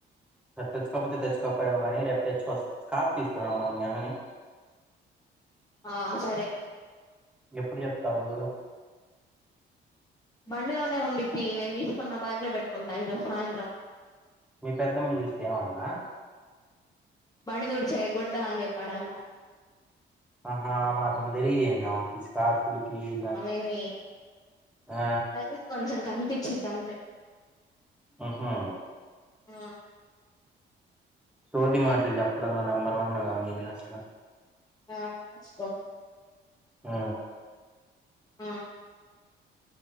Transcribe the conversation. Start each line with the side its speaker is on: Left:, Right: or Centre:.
Centre: సరె తెచ్చుకోకపోతే తెచ్చుకోకపోయావు గాని రేపు తెచ్చుకో స్కార్ఫ్ తీసుకురామ్మను మీ అన్నని <inaudible>
Left: ఆ సరే
Centre: ఎప్పుడు చెప్తావూ
Left: బండిలోనే ఉండిద్ది నేను తీసుకుని నా బ్యాగ్ లో పెట్టుకుంటా ఈ రోజు సాయంత్రం
Centre: మీ పెద్దమ్మ చూస్తే ఏవందా
Left: బండి తుడిచే గుడ్డ అని చెప్పాడంట
Centre: ఆహా ఆ మాత్రం తెలియదేంది ఆమెకి స్కార్ఫ్ల్ కి ఇలా
Left: ఎంవే
Centre: ఆ
Left: <unintelligible> కొంచెం కనిపిచ్చిద్దాం
Centre: ఉహు
Left: ఊ
Centre: సోది మాటలు చెప్పడంలో నెంబర్ వన్ గా మీరు అసల
Left: ఆ <unintelligible>
Centre: ఆ
Left: ఆ